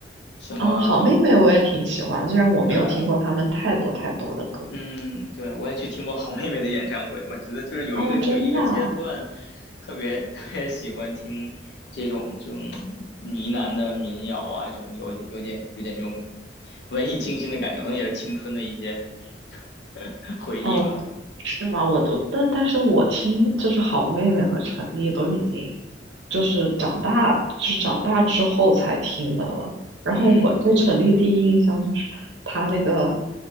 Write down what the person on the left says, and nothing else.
什么，
对啊，嗯，对，我也去听过好妹妹的演唱会，我觉得就是有一个有一个阶段，
特别 <laughs> 特别喜欢听这种这种呢喃的民谣啊，这种有一点有点有点这种文艺清新的感觉，可能也是青春的一些 <laughs> 回忆吧，
嗯
嗯